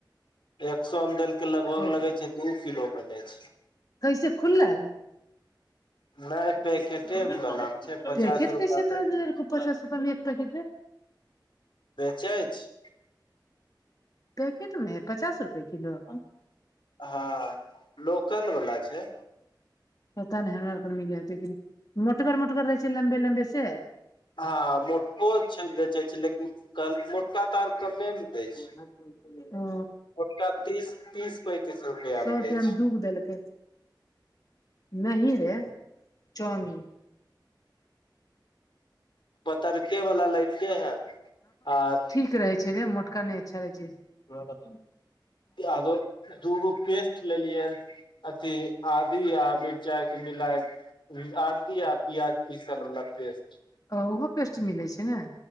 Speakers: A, on the left (about 85°); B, on the left (about 50°).
A: एक सौ मे देलकै लगभग
B: ओ
A: लगे छै दू किलो मे दै छै।
B: कैसे खुलल।
A: नै
B: पैकेट
A: पैकेटे बनाबे छै पचास रुपआ
B: कैसे
A: के
B: तोरा
A: एक
B: देले
A: पैकेट।
B: रहो पचास रुपआ मे एक पैकेट रे
A: बेचै छै
B: पैकेट मे नय पचास रुपए किलो
A: हँ लोकल वला छय
B: पता नहि हमरा औरके मिले हतै कि नहि मोटगर मोटगर रहै छै लम्बे लम्बे से
A: हँ मोटको छै बेचै छै लेकिन मोटका तार कम्मे में दै छै
B: <unintelligible> ओ
A: मोटका तीस
B: <unintelligible>
A: तीस पैंतीस रुपआ
B: सौ रुपया
A: दै छै
B: मे दू गो देलकै नहीं रे चाऊमीन
A: पतरके वला लैते है आर
B: नीक रहै छै रे मोटका नहि अच्छा रहै छै
A: पीया दो दूगो पेस्ट लेलियै अथी आदी आ मिरचाई के मिलाइ <unintelligible> आदि आ प्याज पीसल वला पेस्ट
B: ओ ओहो पेस्ट मिलै छै न!